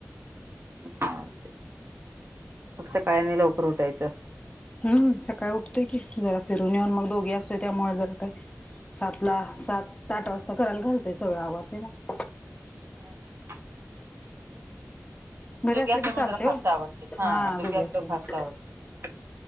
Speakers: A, on the right; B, on the left.
A: चालते फ सकाळ नाही लवकर उठायचं
B: हम्म सकाळी उठतोय की जरा फिरून येऊन मग दोघे असतय त्यामुळेळ जरा काय सात ला सात ते आठ वाजता करायला घालतय सगळं आवते मग
A: हम हम हम
B: घरी
A: दुघ्या
B: असलं
A: असतो
B: की चालतंय
A: मणजरा फास्त
B: हो
A: आवडते हा दुघे
B: दोघी
A: असतो
B: असले
A: फास्ता
B: मग
A: आवडते